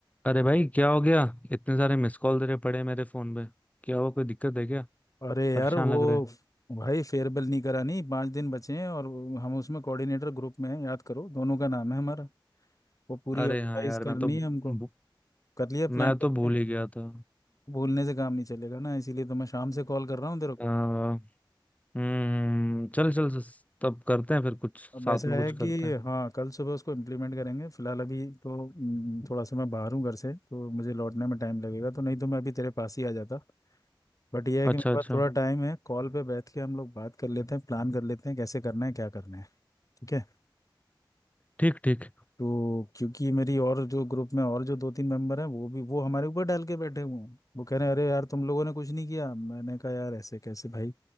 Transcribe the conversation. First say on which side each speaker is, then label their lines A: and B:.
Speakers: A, on the left; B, on the left.
A: अरे भाई क्या हो गया इतने सारे मिस कॉल तेरे पड़े हैं मेरे फोन पे क्या हुआ कोई दिक्कत है क्या
B: अरे यार
A: परेशान
B: वो
A: लग रहा है
B: भाई फेयरवेल नहीं करानी पाँच दिन बचे हैं और हम उसमें कोऑर्डिनेटर ग्रुप में हैं याद करो दोनों का नाम है हमारा वो पूरी
A: अरे
B: ऑर्गेनाइज
A: हाँ यार
B: करनी
A: मैं तो भू-
B: है हमको कर लिया प्लान
A: मैं तो
B: कर लिया
A: भूल ही गया था
B: भूलने से काम नहीं चलेगा ना इसीलिए तो मैं शाम से कॉल कर रहा हूँ तेरे को
A: आ, हम्म चल चल स- तब करते हैं फिर कुछ
B: अब
A: साथ
B: ऐसा
A: में कुछ
B: है कि
A: करते हैं
B: हाँ कल सुबह उसको इम्प्लीमेंट करेंगे फिलहाल अभी तो हम्म, थोड़ा सा मैं बाहर हूँ घर से तो मुझे लौटने में टाइम लगेगा तो नहीं तो मैं अभी तेरे पास ही आ जाता बट यह है
A: अच्छा
B: कि मेरे
A: अच्छा
B: पास थोड़ा टाइम है कॉल पे बैठ के हम लोग बात कर लेते हैं प्लान कर लेते हैं कैसे करना है क्या करना है ठीक है
A: ठीक ठीक
B: तो क्योंकि मेरी और जो ग्रुप में और जो दो तीन मेंबर हैं वो भी वो हमारे ऊपर डाल के बैठे हुए हैं वो कह रहे हैं अरे यार तुम लोगों ने कुछ नहीं किया मैंने कहा यार ऐसे कैसे भाई